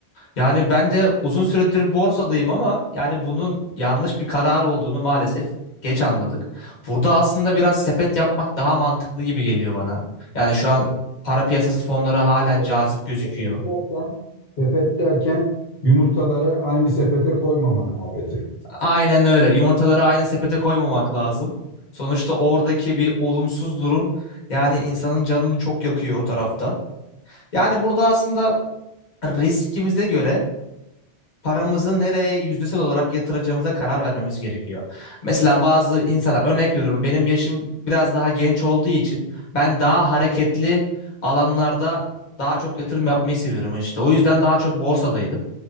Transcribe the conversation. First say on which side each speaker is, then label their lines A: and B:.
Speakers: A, on the left (about 45°); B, on the left (about 75°).
A: Yani ben de uzun süredir borsadayım ama yani bunun yanlış bir karar olduğunu maalesef geç anladık. Burada aslında biraz sepet yapmak daha mantıklı gibi geliyor bana. Yani şu an para piyasası fonları halen
B: Yani sepet,
A: cazip gözüküyor.
B: sepet derken, sepet derken yumurtaları aynı sepete koymama muhabbeti.
A: Aynen öyle. Yumurtaları aynı sepete koymamak lazım. Sonuçta oradaki bir olumsuz durum yani insanın canını çok yakıyor o tarafta. Yani burada aslında riskimize göre paramızı nereye yüzdesel olarak yatıracağımıza karar vermemiz gerekiyor. Mesela bazı insanlar örnek veriyorum benim yaşım biraz daha genç olduğu için ben daha hareketli alanlarda daha çok yatırım yapmayı seviyorum işte. O yüzden daha çok borsadaydım.